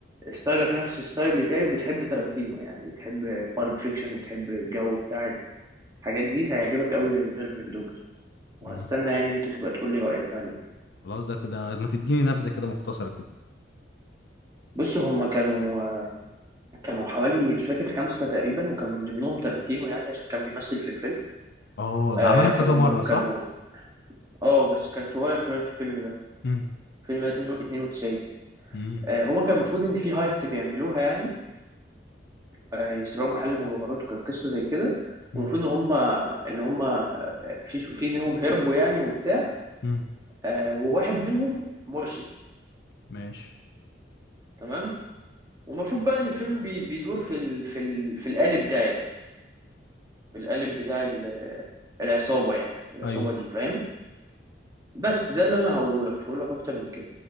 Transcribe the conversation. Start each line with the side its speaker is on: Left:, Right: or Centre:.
Right: ستايلك نفس الستايل بتاعي وبتحب تارانتينو يعني بتحب بالب فيكشن وبتحب الجو بتاع الحاجات دي هيعجبك قوي ريزيرفر دوجز وهستنى
Left: امم
Right: يعني إن انت تبقى تقول لي رأيك عليه
Left: خلاص ده كده ما تديني نبذه كده مختصره كده
Right: بص هما كانوا كانوا حوالي مش فاكر خمسة تقريبا وكان من ضمنهم تارانتينو يعني عشان كان بيمثل في الفيلم
Left: اه ده
Right: آه
Left: عملها
Right: كانوا
Left: كذا مرة صح؟
Right: كانوا اه بس كان صغير شوية في الفيلم ده
Left: امم
Right: الفيلم ده 92
Left: امم
Right: آه هو كان المفروض إن في هايست بيعملوها يعني آه يسرقوا محل مجوهرات وكانت قصة زي كده والمفروض
Left: امم
Right: إن هما إن هما في شو- في منهم هربوا يعني وبتاع
Left: امم
Right: آه وواحد منهم مرشد
Left: ماشي
Right: تمام ومفروض بقى إن الفيلم بي- بيدور في ال في ال في القالب ده يعني القالب بتاع ال- العصابة يعني العصابة
Left: ايوه
Right: دي فاهم بس ده اللي انا هقوله لك مش هقول لك اكتر من كده